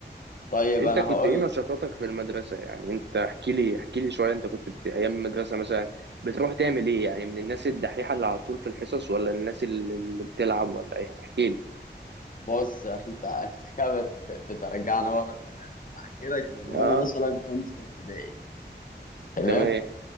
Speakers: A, on the left; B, on the right.
A: طيب
B: انت
A: انا
B: كنت
A: هقول
B: ايه نشاطاتك في المدرسه يعني انت احكي لي احكي لي شويه انت كنت بت... ايام المدرسه مثلا بتروح تعمل ايه يعني من الناس الدحيحه اللي على طول في الحصص ولا الناس اللي اللي بتلعب ولا يعني احكي لي
A: بص انت انت كده بت- بترجعني ورا زمان انا احكي لك من وانا
B: اه
A: مثلا كنت في ابتدائي تمام
B: تمام